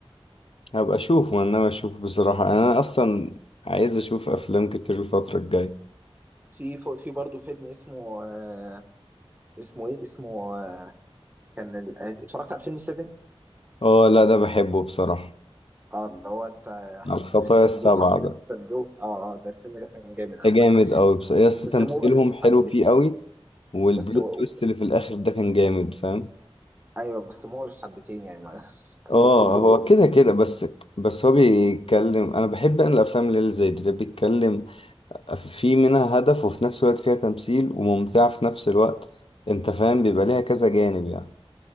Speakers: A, on the left; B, on the right.
A: <laughs> هبقى اشوفه انا ناوي اشوفه بصراحة يعني انا اصلا عايز اشوف افلام كتير الفترة الجاية
B: في في برضه فيلم اسمه آه اسمه ايه اسمه آه كان ال- آه، اتفرجت على فيلم 7
A: اه لا ده بحبه بصراحة
B: اه اللي هو انت حاطط
A: على الخطايا
B: في الصندوق
A: السبعة
B: حاطط
A: ده
B: في الصندوق اه اه ده الفيلم ده كان جامد عامة
A: ده جامد قوي بس يا اسطى
B: بس
A: تمثيلهم
B: مقرف
A: حلو
B: حبتين
A: فيه قوي والبلوت
B: بس هو-
A: تويست اللي في الاخر ده كان جامد فاهم
B: ايوه بس مقرف حبتين يعني ما <laughs> كل-
A: اه
B: كله
A: هو كده كده بس بس هو بيتكلم انا بحب ان الافلام اللي زي دي اللي بيتكلم في منها هدف وفي نفس الوقت فيها تمثيل وممتعة في نفس الوقت انت فاهم بيبقى ليها كذا جانب يعني